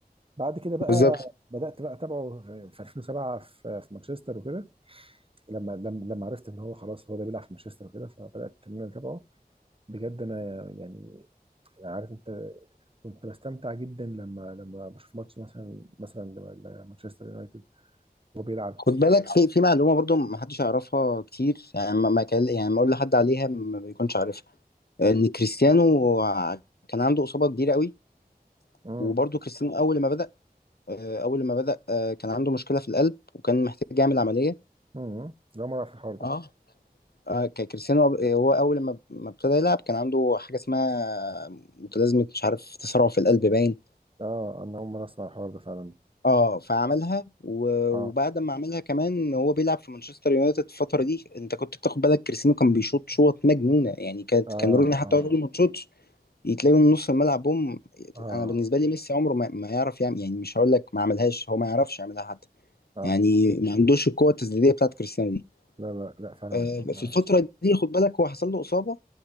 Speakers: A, on the right (about 35°); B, on the left (about 75°).
A: بعد كده بقى
B: بالظبط
A: بدات بقى اتابعه في في 2007 في في مانشستر وكده لما لما لما عرفت ان هو خلاص هو ده بيلعب في مانشستر وكده فبدات ان انا اتابعه بجد انا يعني عارف انت كنت بستمتع جدا لما لما بشوف ماتش مثلا مثلا ل- لمانشستر يونايتد وهو بيلعب
B: خد بالك في في معلومه برضو ما حدش يعرفها كتير يعني ما ما كان يعني ما اقول لحد عليها ما بيكونش عارفها ان كريستيانو ع- كان عنده اصابه كبيره قوي
A: امم
B: وبرضو كريستيانو اول ما بدا آه، اول ما بدا آه، كان عنده مشكله في القلب وكان محتاج يعمل عمليه
A: امم لا ما اعرف الحوار ده
B: اه آه، ك- كريستيانو آه، هو اول ما ما ابتدى يلعب كان عنده حاجه اسمها متلازمه مش عارف تسرع في القلب باين
A: اه انا اول مره اسمع الحوار ده فعلا
B: اه فعملها و-
A: اه
B: وبعد ما عملها كمان هو بيلعب في مانشستر يونايتد الفتره دي انت كنت بتاخد بالك كريستيانو كان بيشوط شوط مجنونه يعني كانت
A: اه
B: كان روني حتى
A: اه
B: هو بيقول ما تشوطش يتلاقي من نص الملعب بوم
A: اه
B: انا بالنسبه لي ميسي عمره ما, ما يعرف يعمل يعني مش هقول لك ما عملهاش هو ما يعرفش يعملها حتى
A: اه
B: يعني ما عندوش القوه التسديديه بتاعت كريستيانو دي
A: لا لا لا فعلا
B: آه في
A: اه
B: الفتره دي خد بالك هو حصل له اصابه